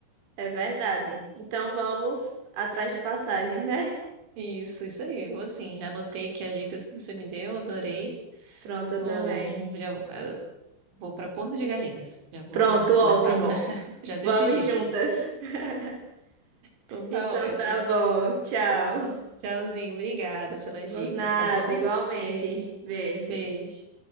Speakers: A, on the right; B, on the right.
A: É verdade. Então vamos atrás de passagens, né?
B: Isso, isso aí. Vou sim, já anotei aqui as dicas que você me deu, adorei.
A: Pronto, eu
B: Vou,
A: também.
B: já, eu vou para Porto de Galinhas. Já vou
A: Pronto,
B: começar,
A: ótimo.
B: <laughs> já decidi.
A: Vamos juntas. <laughs>
B: Então tá
A: Então
B: ótimo.
A: tá bom. Tchau.
B: Tchauzinho, obrigada pelas
A: Por
B: dicas,
A: nada,
B: tá bom?
A: igualmente.
B: Beijo,
A: Beijo.
B: beijo.